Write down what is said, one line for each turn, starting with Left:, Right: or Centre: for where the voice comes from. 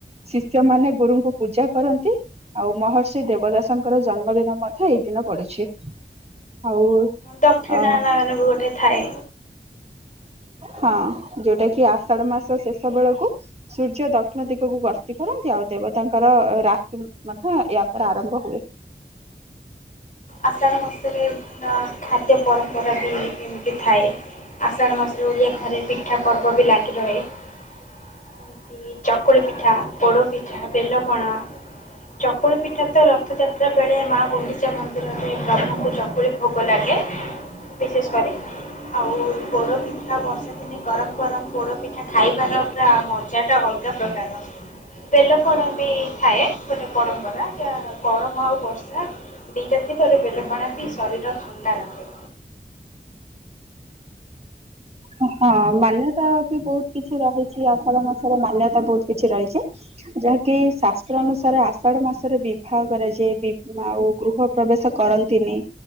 Right: ଶିଷ୍ୟମାନେ ଗୁରୁଙ୍କୁ ପୂଜା କରନ୍ତି। ଆଉ ମହର୍ଷି ଦେବଦାସଙ୍କର ଜନ୍ମଦିନ ମଧ୍ୟ ଏଇ ଦିନ ପଡିଛି। ଆଉ
Left: ଦକ୍ଷିଣା
Right: ଅ
Left: ନୟନ ବି ଗୋଟେ ଥାଏ।
Right: ହଁ ଯେ ଟା କି ଆଷାଢ ମାସ ଶେଷ ବେଳକୁ ସୂର୍ଯ୍ୟ ଦ କ୍ଷିଣ ଦିଗକୁ ଗର୍ତ୍ତି କରନ୍ତି, ଆଉ ଦେବତାଙ୍କର ରାକିମ୍ ମଧ୍ୟ ଏହାପରେ ଆରମ୍ଭ ହୁଏ। <inaudible>
Left: ଆଷାଢ଼ ମାସରେ ବିଭିନ୍ନ ଖାଦ୍ୟ ପରମ୍ପରା ବି ଏମିତି ଥାଏ। ଆଷାଢ ମାସରେ ଓଡିଆ ଘରେ ପିଠା ପର୍ବ ବି ଲାଗି ରହେ। ଯେମତି ଚକୁ କୁଳି ପିଠା, ପୋଡ଼ ପିଠା, ବେଲପଣା। ଚକୁଳି ପିଠା ତ ରଥଯାତ୍ରା ବେଳେ ମା ଗୁଣ୍ଡିଚା ମନ୍ଦ ମନ୍ଦିରରେ ପ୍ରଭୁଙ୍କୁ ଚକୁଳି ଭୋଗ ଲାଗେ ବିଶେଷ କରି। ଆଉ ପୋଡ଼ପିଠା ଠା ବର୍ଷା ଦିନେ ଗରମ ଗରମ ପୋଡ଼ପିଠା ଖାଇବାର ପୁରା ମଜା ଟା ଅଲଗା ପ୍ରକାରର। ବେଲପଣା ବି ଥାଏ ଗୋଟେ ପରମ୍ପରା ଯା ଗରମ ଆଉ ବର୍ଷା ସେଇଟା ଥିବ ଯେ ବେଲପଣା ବି ଶରୀର ଥଣ୍ଡା ରଖେ।
Right: ହଁ, ହଁ ମାନ୍ୟତା ବି ବହୁତ କିଛି ରହିଛି, ଆଷାଢ଼ ମାସରେ ମାନ୍ୟତା ବହୁତ କିଛି ରହିଛି। ଯାହାକି ଶାସ୍ତ୍ର ଅନୁସାରେ ଆଷାଢ ମାସରେ ବିବାହ କରାଯାଏ। ବି- ଆଉ ଗୃହ ପ୍ରବେଶ କରନ୍ତିନି।